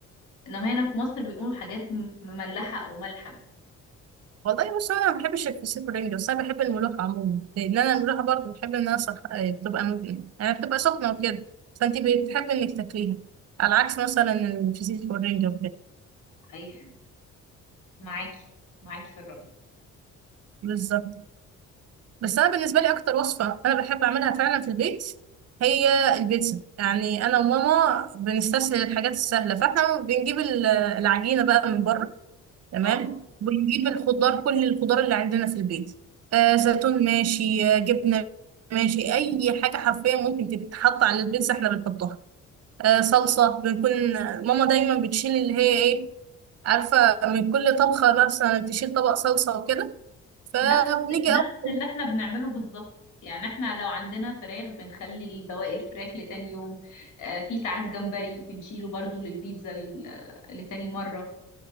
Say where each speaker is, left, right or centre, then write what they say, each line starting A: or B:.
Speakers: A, on the left (about 80°); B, on the right (about 55°).
A: انما هنا في مصر بيقولوا حاجات م- مملحة او ملحة
B: والله بص أنا ما بحبش الفسيخ والرنجة بس أنا بحب الملوحة عموما لأن أنا الملوحة برضه بحب إنها صح... آه، بتبقى م- يعني بتبقى سخنة وكده فأنت بتحب إنك تاكليها على عكس مثلا الفسيخ والرنجة
A: صحيح معاكي معاكي في الرأي
B: وكده بس انا بالنسبه لي اكتر وصفه انا بحب اعملها فعلا في البيت هي البيتزا يعني انا وماما بنستسهل الحاجات السهله فاحنا بنجيب ال- العجينه بقى من بره تمام
A: اه
B: ونجيب الخضار كل الخضار اللي عندنا في البيت آه زيتون ماشي آه جبنه ماشي اي حاجه حرفيا ممكن تتحط على البيتزا احنا بنحطها آه صلصه بنكون ماما دايما بتشيل اللي هي ايه عارفه من كل طبخه مثلا تشيل طبق صلصه وكده فبنيجي
A: نفس نفس
B: أول
A: اللي احنا بنعمله بالظبط يعني احنا لو عندنا فراخ بنخلي بواقي الفراخ لتاني يوم آه في ساعات جمبري بنشيله برضو للبيتزا لل- لتاني مرة